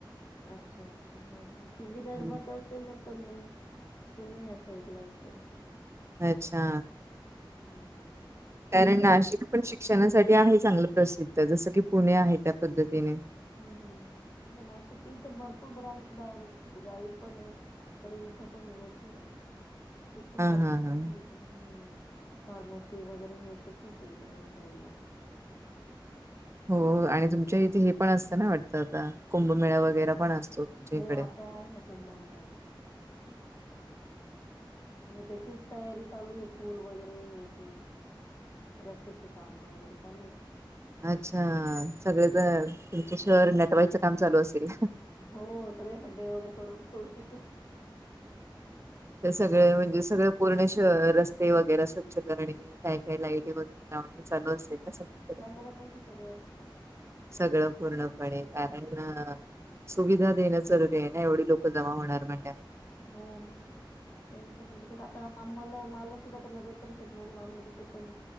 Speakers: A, on the left; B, on the right.
A: अच्छा अच्छा हा ती विदर्भातच
B: हम्म.
A: असेल तर मग पुणे या साईड ला असेल.
B: अच्छा.
A: हम्म.
B: कारण नाशिक पण शिक्षणासाठी आहे चांगलं प्रसिद्ध जसं की पुणे आहे त्या पद्धतीने
A: हम्म हम्म आणि नाशिकची इथे भरपूर ब्रांच बाहेर गावी पण आहे. पर इथं पन भरपूर आहे शिकखण्यासारखं
B: हा हा हा
A: हम्म फार्मसी वगैरे हे ते खूप आहे इकड या साईड ला.
B: हो
A: बाकीचे
B: आणि
A: कोर्स
B: तुमच्या इथे
A: वगैरे.
B: हे पण असतं ना वाटतं आता कुंभमेळा वगैरे पण असतो. तुमच्या
A: हो
B: इकडे.
A: आता आहे ना कुंभमेळा त्याचीच तयारी चालू आहे पूल वगैरे हे ते रस्त्याची काम वगैरे चालू आहे.
B: अच्छा सगळे
A: हं.
B: जण तुमच्या शहर नटवाईच काम चालू असेल.
A: हो सगळे खड्डे वगैरे करून ठेवले.
B: ते सगळे म्हणजे सगळे पूर्ण शह रस्ते वगैरे स्वच्छ करणे. काय काय लाईटी वगैरे लावणे चालू असतय ना सगळीकडे.
A: त्यापासुन सगळं असतं.
B: सगळं पूर्णपणे
A: हं.
B: कारण सुविधा देणं जरुरी आहे ना एवढी लोक जमा होणार म्हणल्यावर
A: हो मग. त्यांचं म्हणजे कस आता आम्हाला मला सुद्धा नगर परिषद मधून आम्हाला तिथे पण,